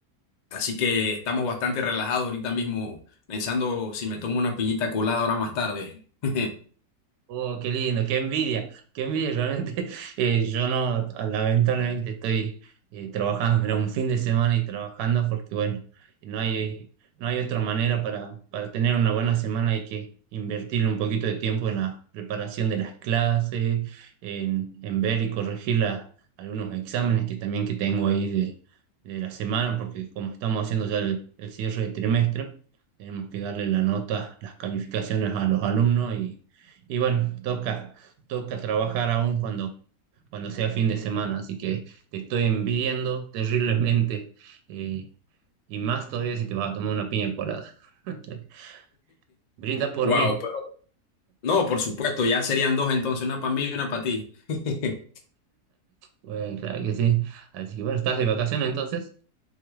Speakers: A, on the left; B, on the right.
A: así que estamos bastante relajados ahorita mismo, pensando si me tomo una piñita colada ahora más tarde. <laughs>
B: Oh, qué lindo, qué envidia, qué envidia. Realmente <laughs> eh, yo no, lamentablemente estoy eh, trabajando, mira, un fin de semana y trabajando porque bueno, no hay, no hay otra manera para, para tener una buena semana, hay que invertirle un poquito de tiempo en la preparación de las clases, en, en ver y corregir la- algunos exámenes que también que tengo ahí de, de la semana, porque como estamos haciendo ya el, el cierre de trimestre, tenemos que darle la nota, las calificaciones a los alumnos y bueno, toca, toca trabajar aún cuando, cuando sea fin de semana, así que te estoy envidiando terriblemente eh, y más todavía si te vas a tomar una piña colada. <laughs> Brinda por
A: Wow,
B: mí.
A: pero no, por supuesto, ya serían dos entonces, una para mí y una para ti. <laughs>
B: Bueno, claro que sí. Así que bueno, ¿estás de vacaciones entonces?